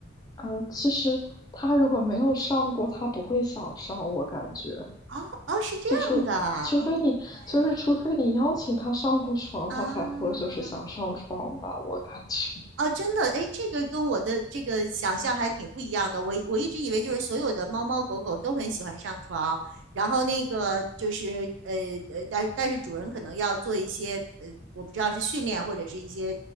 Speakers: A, on the left; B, on the right.
A: 呃，其实他如果没有上过，他不会想上，我感觉。
B: 哦哦，是这样的，OK
A: 就除除非你就是除非你邀请他上过床，
B: 啊。
A: 他才会就是想上床吧，我感觉。
B: 哦，真的，哎，这个跟我的这个想象还挺不一样的。我我一直以为就是所有的猫猫狗狗都很喜欢上床，然后那个就是呃呃，但但是主人可能要做一些呃，我不知道是训练或者是一些